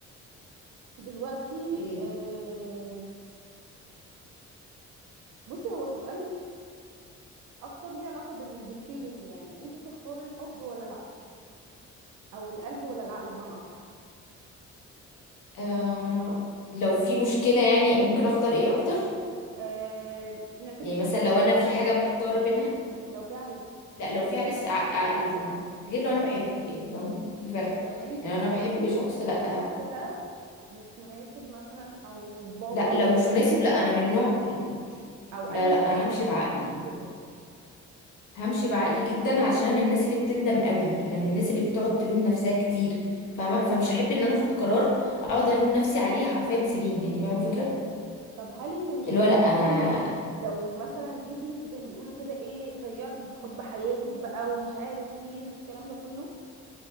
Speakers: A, on the right (about 75°); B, on the left (about 80°).
A: دلوقتي
B: ليه
A: آه، بصي هو سؤال اكتر ليه علاقة بال... بالفيلينج يعني انتي تختاري الحب ولا العقل او القلب ولا العقل بمعنى صح
B: آه لو في مشكلة يعني ممكن اختار ايه اكتر
A: أه... نعتبر
B: يعني
A: لو
B: مثلا
A: في عريس
B: لو انا في حاجة محتارة بينها
A: لو في عريس
B: لا لو في عريس ع- عقلي طبعا غير لو انا بحب يعني فاهم في فرق
A: لو انتي
B: يعني انا
A: بتحبي
B: بحب شخص
A: بس
B: لا
A: الشخص ده مش مناسب مثلا او بابا
B: لا
A: رفضه
B: لو مش مناسب
A: لاي
B: لا
A: وقت
B: انا من نوع
A: او
B: لا
A: ايا
B: لا انا
A: كان
B: همشي
A: يعني
B: بعقلي
A: كده
B: همشي بعقلي جدا عشان انا من الناس اللي بتندم قوي انا من الناس اللي بتقعد تلوم نفسها كتير فاهمه فمش هحب ان انا اخد قرار اقعد الوم نفسي عليه حرفيا سنين يعني فاهمه الفكره
A: طب هل انت مش
B: اللي
A: هتندمي
B: هو لا انا
A: لو مثلا جيتي انت زي ما بيقولوا كده ايه ضيعتي حب حياتك بقى ومش عارف مين والكلام ده كله